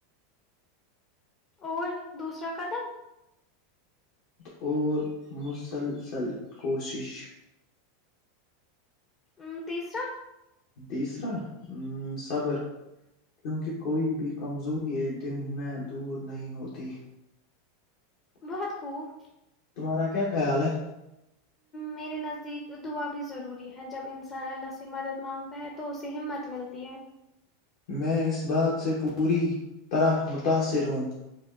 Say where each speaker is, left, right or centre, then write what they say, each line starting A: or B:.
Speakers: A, on the left; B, on the left.
A: اور دوسرا قدم
B: اور مسلسل کوشش
A: ا تیسرا
B: تیسرا صبر کیونکہ کوئی بھی کمزوری ایک دن میں دور نہیں ہوتی
A: بہت خوب
B: تمہارا کیا خیال ہے
A: میرے نزدیک دعا بھی ضروری ہے جب انسان الله سے مدد مانگتا ہے توح اسے ہممت ملتی ہے
B: میں اس بات سے پوری طرح متاثر ہوں